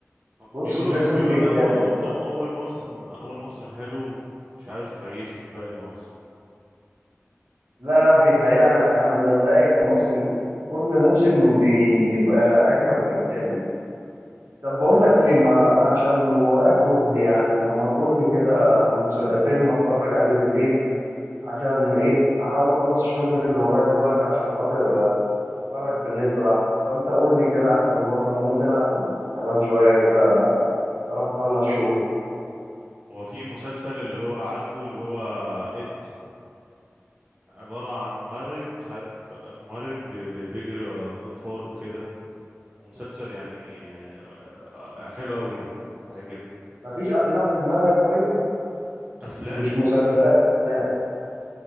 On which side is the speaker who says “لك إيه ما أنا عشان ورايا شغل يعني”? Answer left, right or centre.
Right